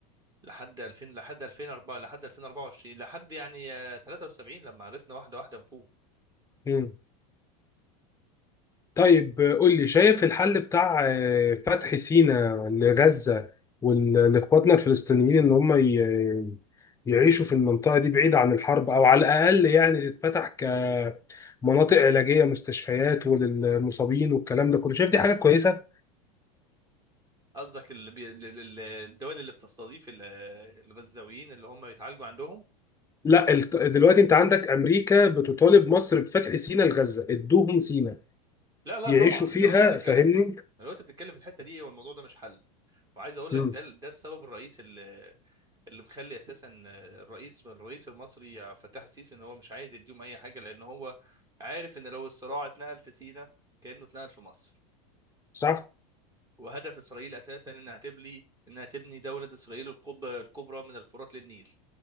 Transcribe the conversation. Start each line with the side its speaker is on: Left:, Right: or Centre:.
Right: لحد 2000 لحد 2004 لحد 2024 لحد يعني آه، 73 لما عرفنا واحده واحده نفوق
Left: مم. طيب آه، قول لي شايف الحل بتاع آه، فتح سيناء لغزة وال- لاخواتنا الفلسطينيين ان هم ي- يعيشوا في المنطقة دي بعيد عن الحرب او على الاقل يعني تتفتح كمناطق علاجية مستشفيات وللمصابين والكلام ده كله شايف دي حاجة كويسة
Right: قصدك اللي بي... ال- ال- الدول اللي بتستضيف ال- الغزاويين اللي هم بيتعالجوا عندهم
Left: لا الت- دلوقتي انت عندك امريكا بتطالب مصر بفتح سيناء لغزة ادوهم سيناء
Right: لا لا
Left: يعيشوا
Right: طبعا
Left: فيها
Right: لو انت بتتكلم
Left: فاهمني
Right: في لو انت بتتكلم في الحته دي والموضوع ده مش حل وعايز اقول
Left: مم.
Right: لك ده ده السبب الرئيسي اللي مخلي اساسا الرئيس الرئيس المصري فتح السيسي ان هو مش عايز يديهم اي حاجه لان هو عارف ان لو الصراع اتنقل في سيناء كانه اتنقل في مصر
Left: صح
Right: وهدف اسرائيل اساسا انها تبني انها تبني دوله اسرائيل القبه الكبرى من الفرات للنيل